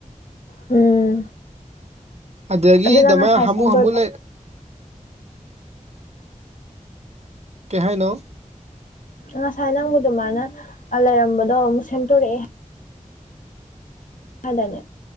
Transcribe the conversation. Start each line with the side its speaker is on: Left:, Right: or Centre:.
Left: ꯎꯝ
Right: ꯑꯗꯒꯤ
Left: ꯑꯗꯨꯅ
Right: ꯗꯃꯥꯏ
Left: ꯉꯁꯥꯏ
Right: ꯍꯥꯃꯨ
Left: ꯁꯦꯝꯗꯣꯔꯛꯑꯦ
Right: ꯍꯥꯃꯨ ꯂꯩ ꯀꯩꯍꯥꯏꯅꯣ?
Left: ꯉꯁꯥꯏ ꯅꯪꯕꯨ ꯗꯨꯃꯥꯏꯅ ꯑ ꯂꯩꯔꯝꯕꯗꯣ ꯑꯃꯨꯛ ꯁꯦꯝꯗꯣꯔꯛꯑꯦ ꯍꯥꯏꯗꯥꯏꯅꯦ